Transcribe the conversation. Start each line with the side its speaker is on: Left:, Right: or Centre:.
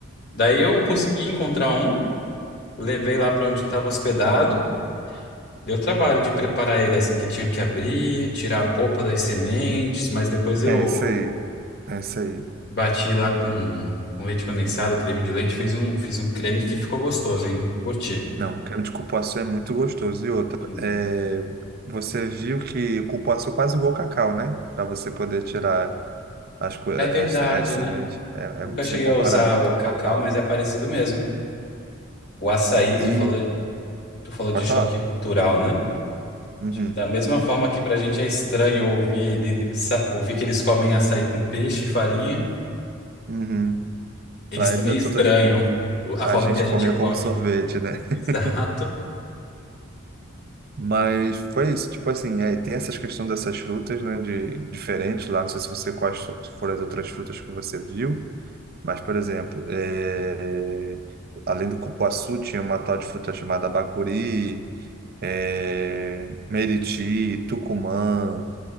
Left: Daí eu consegui encontrar um, levei lá para onde estava hospedado. Deu trabalho de preparar ele assim que tinha que abrir, tirar a polpa das sementes, mas depois eu
Right: É isso aí. É isso aí.
Left: bati lá com, com leite condensado, creme de leite, fez um, fiz um creme que ficou gostoso, hein? Curti.
Right: Não, creme de cupuaçu é muito gostoso. E outra,
Left: Sim.
Right: é, você viu que o cupuaçu é quase igual ao cacau, né? Para você poder tirar. As, co- as,
Left: É verdade,
Right: as sementes
Left: né?
Right: é, é-
Left: Nunca cheguei
Right: se compara
Left: a usar
Right: muito
Left: o
Right: ao
Left: cacau,
Right: cacau.
Left: mas é parecido mesmo. O açaí,
Right: E
Left: tu falou, tu falou
Right: pode
Left: de choque
Right: falar.
Left: cultural, né?
Right: Uhum,
Left: Tipo, da mesma forma que pra gente é estranho ouvir ele, sa- ouvir que eles comem açaí com peixe e farinha,
Right: uhum.
Left: Eles
Right: Para
Left: também
Right: eles é
Left: estranham
Right: totalmente.
Left: o- a
Right: A
Left: forma
Right: gente
Left: que a gente
Right: comia
Left: come.
Right: como sorvete, né? <laughs>
Left: Exato.
Right: Mas foi isso, tipo assim, aí tem essas questões dessas frutas, né, de diferentes lá, não sei se você quais so- foram as outras frutas que você viu, mas, por exemplo, eh, além do cupuaçu, tinha uma tal de fruta chamada bacuri, eh, meriti, tucumã,